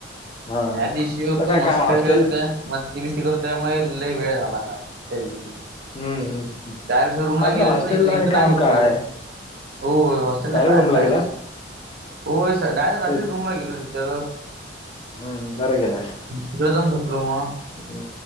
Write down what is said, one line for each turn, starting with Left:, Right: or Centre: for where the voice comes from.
Left: हा
Right: त्या दिवशी होतो
Left: आपलं काय
Right: मस्करी
Left: काम हॉस्टेल
Right: करत. मस्ती बिस्ती करत त्यामुळे लई वेळ झाला काल, त्या दिवशी.
Left: ह हम्म हम्म.
Right: काल शोरूमला
Left: आपलं
Right: गेलो
Left: हॉस्टेलला
Right: होतो ना, इथं इथं
Left: आणि काम
Right: नाही झोपलो.
Left: काय
Right: हो हॉस्टेलला
Left: डायरेक्ट
Right: कायम
Left: रूमला
Right: काय
Left: गेला
Right: होय, स डायरेक्ट रात्रीच
Left: तेच
Right: रूमला गेलो तिथं.
Left: हम्म बरं गेलास
Right: तिकडं जाऊन झोपलं म,
Left: हम्म